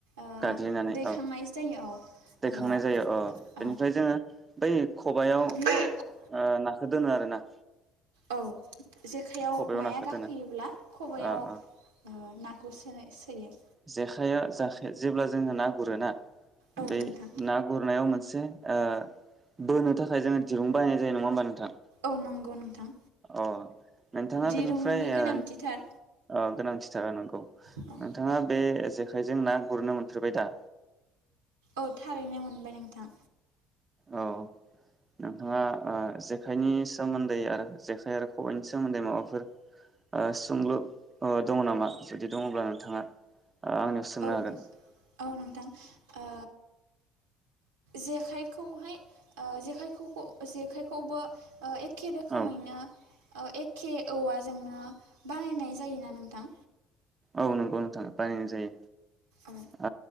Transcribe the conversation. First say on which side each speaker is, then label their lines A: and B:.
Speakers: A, on the right (about 80°); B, on the right (about 25°).
A: ओ
B: गाग्लिनानै
A: दैखांनाय
B: औ
A: जायो औ
B: दैखांनाय
A: ओ
B: जायो औ बेनिफ्राय
A: औ
B: जोङो बै खबाइआव ओ
A: बेयाव
B: ना खो दोनो आरोना।
A: औ जेखायाव
B: खबायाव
A: नाया
B: नाखौ
A: गाखोयोब्ला
B: दोनो
A: खबाइआव
B: ओ ओ
A: ओ नाखौ सोनो सोयो।
B: जेखाइआ जाखाय जेब्ला जोङो ना गुरोना
A: औ
B: बे
A: नोंथां
B: ना गुरनायाव मोनस से ओ बोनो थाखाय जोङो दिरुं बायनाय जायो नङा होमबा नोंथां
A: औ नंगौ नोंथां।
B: अ नोंथाङा
A: दिरुंनि
B: बेनिफ्राय ओ
A: गोनांथिथार
B: ओ गोनांथिथार नंगौ
A: औ
B: नोंथाङा बे जेखाइजों ना गुरनो मोनफेरबायदा
A: औ थारैनो मोनबाय नोंथां
B: औ नोंथाङा ओ जेखाइनि सोमोन्दै आरो जेखाइ आरो खबाइनि सोमोन्दै माबाफोर ओ सोंलु अ दङ नामा जुदि दङब्ला नोंथाङा ओ आंनियाव सोंनो
A: औ
B: हागोन
A: औ नोंथां ओ जेखाइखौहाय ओ जेखाइखौखौ जेखाइखौबो ओ एखे रोखोमैनो
B: औ
A: एखे औवाजोंनो बानायनाय जायोना नोंथां
B: औ नंगौ नोंथां बानायनाय जायो
A: औ
B: ओ